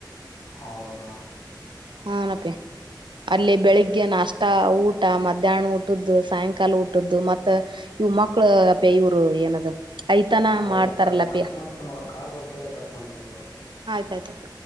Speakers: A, on the left; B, on the right.
A: ಹೌದಾ
B: ಹನಪೇ ಅಲ್ಲಿ ಬೆಳಿಗ್ಗೆ ನ ಅಷ್ಟ ಊಟ ಮಧ್ಯಾಹ್ನ ಊಟದ್ದು ಸಾಯಂಕಾಲ ಊಟದ್ದು ಮತ್ತ ಇವು ಮಕ್ಳ ಅಪೆ ಇವ್ರು ಏನದ ಐತಾನ
A: ಕಾ
B: ಮಾಡ್ತಾರಲ್ಲಪಿ
A: ಇ ಕಾ ಕಟ್ ಮಾಡ್ತೀ ಕಾಲ್ ಬರ್ತಿದೆ ಕಟ್ ಮಾಡ್ತನಂತೋಳ
B: ತದಪ್ಪ